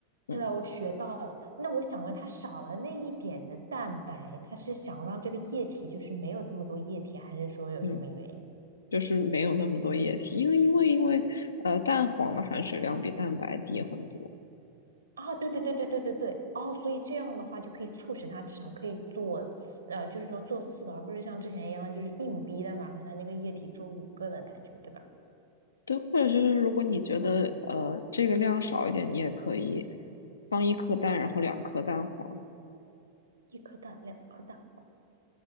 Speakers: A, on the left; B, on the right.
A: 嗯
B: 对了，我学到了。那我想问，它少了那一点的蛋白，它是想让这个液体就是没有这么多液体，还是说有什么原因？
A: 嗯，就是没有那么多液体，因为因为因为呃蛋黄的含水量比蛋白低很多。
B: 啊，对对对对对对对，哦，所以这样的话就可以促使它至少可以做四，呃，就是说做四个，而不是像之前一样就是硬逼的把那个那个液体做五个的感觉，对吧？
A: 对，或者就是如果你觉得呃这个量少一点，你也可以放一颗蛋，然后两颗蛋黄，
B: 一颗蛋，两颗蛋，